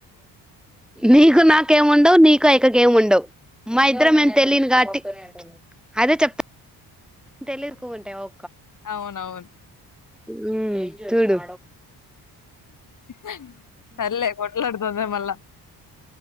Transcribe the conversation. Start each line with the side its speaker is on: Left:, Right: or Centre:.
Centre: నీకు నాకేముండవు నీకు అయక్క కేముండవు మా ఇద్దరం మేం తెలిన్ గాట్టి అదే చెప్ప తెలెక్కువుంటే ఓ
Left: అవునవు
Centre: ఉమ్ చుడు
Left: ఆ సర్లే కొట్లాడుదు మళ్ళ